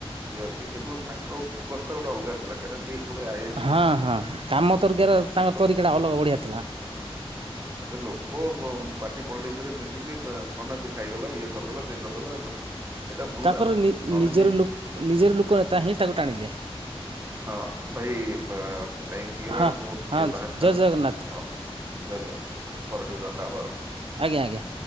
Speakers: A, on the right (about 25°); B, on the right (about 65°).
A: ଇଏ ଅଛି କିନ୍ତୁ ତାଙ୍କ ଫୋକସ ଟା ଗୋଟେ ଅଲଗା ଥିଲା। କାହିଁକିନା ସି ଗୋଟେ ଆଇ ଆସିଥିଲେ
B: ହଁ ହଁ କାମ ତରିକାର
A: ତାଙ୍କ
B: ତରିକା
A: ହଁ।
B: ଟା ଅଲଗା ବଢିଆ ଥିଲା
A: ହୁଁ ଏବେ ଲୋକ ପାର୍ଟି ପଲିଟିସ୍‌ରେ। ମିିକି ଖଣ୍ଡ ସେ ଖାଇଗଲା ଇଏ କରିଦେଲା ସେ କରିଦେଲା। ସେଇଟା ଭୁଲ
B: ତାଙ୍କର
A: ଧାରଣା
B: ନିଜର
A: ନହେଲେ ସେ
B: ଲ ନିଜର ଲୋକ ନେତା ହିଁ ତାକୁ ଟାଣିଲେ।
A: ହଁ ଭାଇ ଟାଇମ୍ ହେଇଗଲାଣି
B: ହଁ
A: ମୁଁ ଟିକେ
B: ହଁ
A: ବାହାରିଥାନ୍ତି
B: ଜୟ ଜଗନ୍ନାଥ
A: ହଉ ଜୟ ଜଗନ୍ନାଥ ପରେ ଟିକେ କଥା ହବା ଆଉ।
B: ଆଜ୍ଞା ଆଜ୍ଞା।